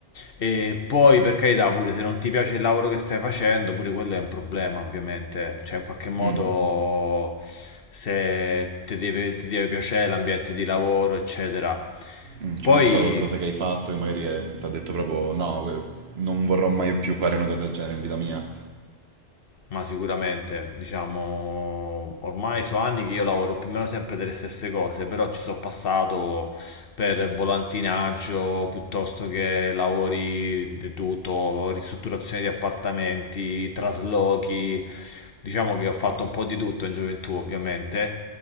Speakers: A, on the left; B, on the right.
A: E poi, per carità, pure se non ti piace il lavoro che stai facendo, pure quello è un problema, ovviamente. Cioè, in qualche modo,
B: mm,
A: se ti deve, ti deve piacere l'ambiente di lavoro, eccetera.
B: mm. C'è
A: Poi,
B: mai stato qualcosa che hai fatto che magari eh, ti ha detto proprio no, que- non vorrò mai più fare una cosa del genere in vita mia?
A: Ma sicuramente, diciamo, ormai sono anni che io lavoro più o meno sempre delle stesse cose, però ci sono passato per volantinaggio piuttosto che lavori deduto, ristrutturazione di appartamenti, traslochi, diciamo che ho fatto un po' di tutto in gioventù, ovviamente.